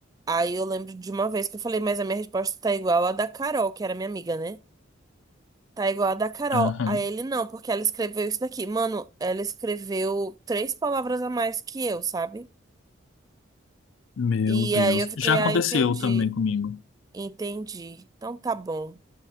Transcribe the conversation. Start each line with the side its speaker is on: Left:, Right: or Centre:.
Right: Aí eu lembro de uma vez que eu falei, mas a minha resposta tá igual à da Carol, que era minha amiga, né? Tá igual a da Carol.
Left: Aham,
Right: Aí ele não, porque ela escreveu isso daqui. Mano, ela escreveu três palavras a mais que eu, sabe?
Left: Meu
Right: E
Left: Deus,
Right: aí eu fiquei,
Left: já aconteceu
Right: ah, entendi.
Left: também comigo.
Right: Entendi. Então tá bom.